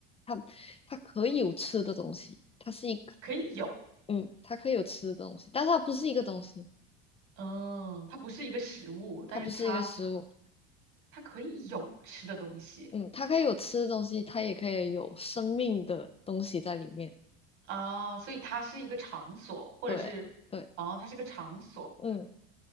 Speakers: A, on the left; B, on the right.
A: 它它可以有吃的东西，它是一个，
B: 可以有，
A: 嗯，它可以有吃的东西，但是它不是一个东西，
B: 嗯，它不是一个食物，但是它
A: 它不是一个食物。
B: 它可以有吃的东西
A: 嗯，它可以有吃的东西，它也可以有生命的东西在里面。
B: 啊，所以它是一个场所，或者是哦，
A: 对对，
B: 它是个场所。
A: 嗯，